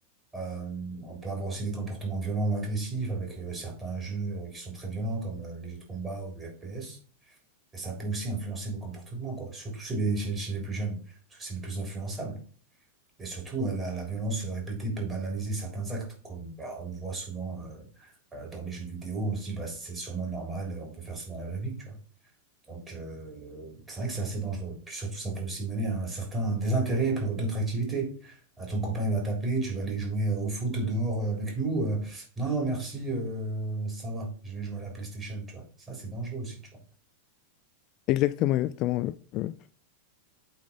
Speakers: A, on the right; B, on the left.
A: Euh, on peut avoir aussi des comportements violents ou agressifs avec euh, certains jeux euh, qui sont très violents comme euh, les jeux de combat ou de FPS. Et ça peut aussi influencer nos comportements, quoi. Surtout chez les, chez, chez les plus jeunes, parce que c'est le plus influençable. Et surtout, euh, la, la violence répétée peut banaliser certains actes, comme bah, on voit souvent euh, euh, dans les jeux vidéo. On se dit, bah, c'est sûrement normal, euh, on peut faire ça dans la vraie vie, tu vois. Donc, euh, c'est vrai que c'est assez dangereux. Puis surtout, ça peut aussi mener à un certain désintérêt pour d'autres activités. Ah, ton copain, il va t'appeler, tu vas aller jouer euh, au foot dehors euh, avec nous. euh, non, non, merci, euh, ça va, je vais jouer à la PlayStation, tu vois. Ça, c'est dangereux aussi, tu vois.
B: Exactement, exactement. le- le-